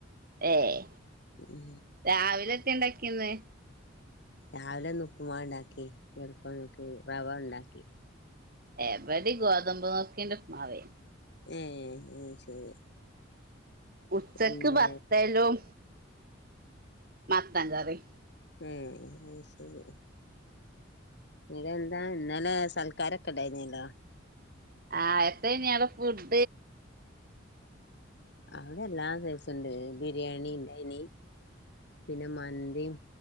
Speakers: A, on the right; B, on the left.
A: ഏഹ്
B: ഉം
A: രാവിലെ എത്തേ ഇണ്ടാക്ക്യെന്ന്?
B: രാവിലെ ഇന്ന് ഉപ്പ്മാവ്ണ്ടാക്കി. എളുപ്പം നോക്കി റവ ഉണ്ടാക്കി.
A: ഏഹ് ഇബടിം ഗോതമ്പ് നുർക്കിന്റെ ഉപ്പ് മാവേനി.
B: ഏഹ് അഹ് ശരി.
A: ഉച്ചക്ക്
B: പിന്നെ
A: ബത്തലും മത്തൻ കറി
B: ഉം അയ് ശരി. <unintelligible> എന്താ ഇന്നലെ സൽക്കാരൊക്കെ ഇണ്ടായിന്യല്ലോ.
A: ആഹ് എത്തേനി ആടെ ഫുഡ്?
B: അവ്ടെ എല്ലാ സൈസും ണ്ട് ബിരിയാണിണ്ടൈനി. പിന്നെ മന്തിം